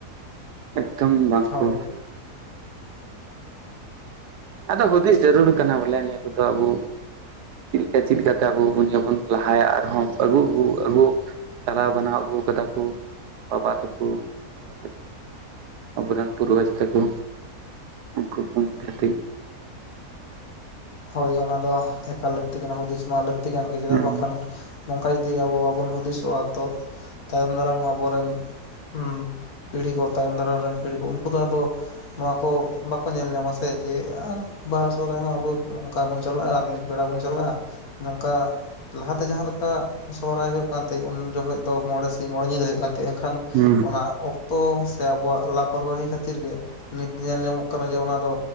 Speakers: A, on the right; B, on the left.
A: ᱮᱠᱫᱚᱢ ᱵᱟᱠᱚ
B: ᱦᱳᱭ
A: ᱟᱫᱚ ᱦᱩᱫᱤᱥ ᱡᱟᱹᱨᱩᱲ ᱠᱟᱱᱟ ᱵᱚᱞᱮ ᱱᱤᱭᱟᱹ ᱠᱚᱫᱚ ᱟᱵᱚ ᱪᱮᱫᱞᱮᱠᱟ ᱪᱮᱫ ᱞᱮᱠᱟᱛᱮ ᱟᱵᱚ ᱵᱚᱱ ᱞᱟᱦᱟᱭᱟ ᱟᱨᱦᱚᱸ᱾ ᱟᱹᱜᱩ ᱟᱹᱜᱩ ᱪᱟᱞᱟᱣ ᱵᱟᱱᱟᱣ ᱟᱹᱜᱩ ᱟᱠᱟᱫᱟ ᱠᱚ ᱵᱟᱵᱟ ᱛᱟᱠᱩ᱾ ᱵᱟᱵᱟ ᱛᱟᱠᱚ ᱟᱵᱚᱨᱮᱱ ᱯᱩᱨᱵᱩᱡᱽ ᱛᱟᱠᱚ ᱩᱱᱠᱩ ᱠᱚ ᱢᱚᱫᱽᱫᱷᱮ ᱛᱮ,
B: ᱦᱳᱭ ᱚᱱᱟ ᱫᱚ ᱮᱠᱟᱞ ᱞᱟᱹᱠᱛᱤ ᱠᱟᱱᱟ, ᱦᱩᱫᱤᱥ ᱢᱟ ᱞᱟᱹᱠᱛᱤ ᱠᱟᱱ ᱜᱮᱭᱟ ᱪᱮᱫᱟᱜ
A: ᱦᱩᱸ
B: ᱵᱟᱝᱠᱷᱟᱱ ᱱᱚᱝᱠᱟ ᱡᱩᱫᱤ ᱟᱵᱚ ᱵᱟᱵᱚᱱ ᱦᱩᱫᱤᱥᱚᱜᱼᱟ ᱛᱚ ᱛᱟᱭᱚᱢ ᱫᱟᱨᱟᱢ ᱟᱵᱚᱨᱮᱱ ᱦᱩᱸ ᱯᱤᱲᱦᱤ ᱠᱚ ᱛᱟᱭᱚᱢ ᱫᱟᱨᱟᱢ ᱨᱮᱱ ᱯᱤᱲᱦᱤ ᱠᱚ ᱩᱱᱠᱩ ᱫᱚ ᱟᱫᱚ, ᱱᱚᱣᱟ ᱠᱚ ᱵᱟᱠᱚ ᱧᱮᱞ ᱧᱟᱢᱟ ᱥᱮ ᱡᱮ ᱵᱟᱦᱟ ᱥᱚᱦᱚᱨᱟᱭ ᱢᱟ ᱟᱵᱚ ᱱᱚᱝᱠᱟ ᱵᱚᱱ ᱪᱟᱞᱟᱜᱼᱟ ᱟᱨ ᱢᱤᱫ ᱵᱮᱲᱟ ᱵᱚᱱ ᱪᱟᱞᱟᱜᱼᱟ ᱱᱚᱝᱠᱟ, ᱞᱟᱦᱟᱛᱮ ᱡᱟᱦᱟᱸ ᱞᱮᱠᱟ ᱥᱚᱦᱨᱟᱭ ᱦᱩᱭᱩᱜ ᱠᱟᱱ ᱛᱟᱦᱮᱸᱜ ᱩᱱ ᱡᱚᱠᱷᱚᱡ ᱫᱚ ᱢᱚᱬᱮ ᱥᱤᱧ ᱢᱚᱬᱮ ᱧᱤᱫᱟᱹ ᱦᱩᱭᱩᱜ ᱠᱟᱱ ᱛᱮ ᱮᱱᱠᱷᱟᱱ
A: ᱦᱩᱸ
B: ᱚᱱᱟ ᱚᱠ ᱛᱚ ᱥᱮ ᱟᱵᱚᱣᱟᱜ ᱞᱟᱯᱚᱨᱵᱟᱦᱤ ᱠᱷᱟᱹᱛᱤᱨ ᱜᱮ ᱱᱤᱛ ᱧᱮᱞ ᱧᱟᱢᱚᱜ ᱠᱟᱱᱟ ᱡᱮ ᱚᱱᱟ ᱫᱚ,